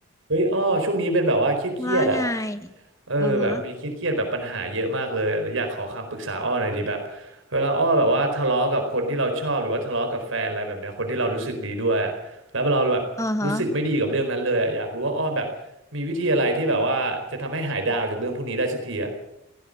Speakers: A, on the right; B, on the left.
A: เฮ้ยอ้อช่วงนี้เป็นแบบว่าเครียดเครียดอ่ะ
B: ว่าไง
A: เออแบบมีเครียดเครียดแบบปัญหาเยอะมากเลยแล้วอยากขอคำปรึกษาอ้อหน่อยดีแบบ
B: อือฮะ
A: เวลาอ้อแบบว่าทะเลาะกับคนที่เราชอบหรือว่าทะเลาะกับแฟนอะไรแบบเนี้ยคนที่เรารู้สึกดีด้วยอะแล้วเราแบบรู้สึกไม่ดีกับเรื่องนั้นเลยอะอยากรู้ว่าอ้อแบบมีวิธีอะไรที่แบบว่าจะทำให้หายดาวจากเรื่องพวกนี้ได้สักทีอ่ะ
B: อือฮะ